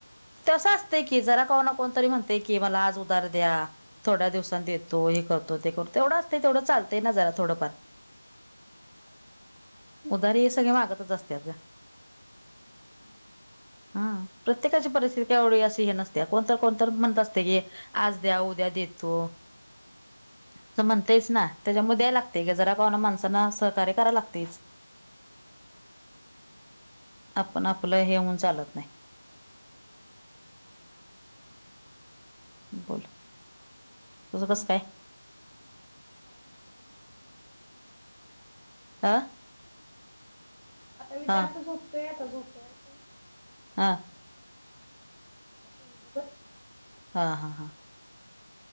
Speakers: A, on the right (about 55°); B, on the left (about 85°).
A: तसं असतय की जरा कोणा कोण तरी म्हणते की मला आज उदार द्या थोड्या दिवसांनी देतो करतो ते करतो एवढं असत तेवढं चालतय ना जरा थोडंफार उदारी हे सगळे मागतच असतात ग.
B: हो.
A: हम प्रत्येकाची परिस्थिती एवढी अशी हे नसते कोणतर कोणतर म्हणत असते की आज द्या उद्या देतो. असं म्हणताईस ना त्याच्यामुळे द्या लागते क जरा का होईना माणसांना सहकार्य करा लागते.
B: <inaudible> ते
A: आपण
B: पाहिजेच
A: आपलं
B: तेवढं.
A: हेऊन चालत. <inaudible> बोल
B: हम्.
A: तुझं कसं काय?
B: <inaudible>
A: आ
B: आता मी <unintelligible>
A: हा
B: झोपतोय आता झोपवायच.
A: हा
B: <inaudible>
A: हा हा हां.